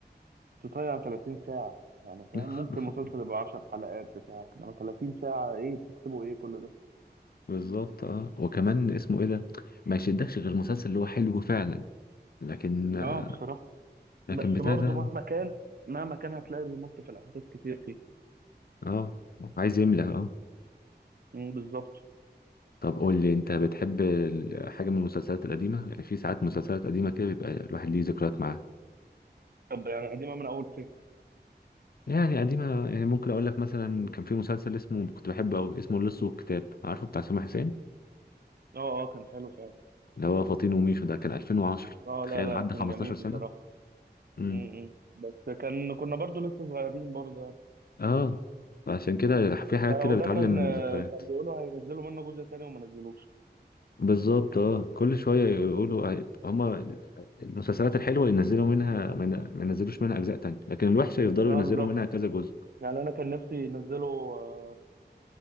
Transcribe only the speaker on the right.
تضيع 30 ساعة يعني فاهم
ممكن مسلسل يبقى 10 حلقات بتاع إنما 30 ساعة إيه بتكتبوا إيه كل ده
اه بصراحة
بس
برضه
مهما كان مهما كان هتلاقي بيمط في الأحداث كتير فيه
مم، بالظبط
طب يعني قديمة من أول فين
اه اه كان حلو فعلا
اه
لا
لا كان
جميل بصراحة
امم بس كان كنا برضه لسه صغيرين برضه يعني
ف- وده
كان
آه،
كان بيقولوا هينزلوا منه جزء تاني وما نزلوش
اه
بالظبط
يعني أنا كان نفسي ينزلوا آه،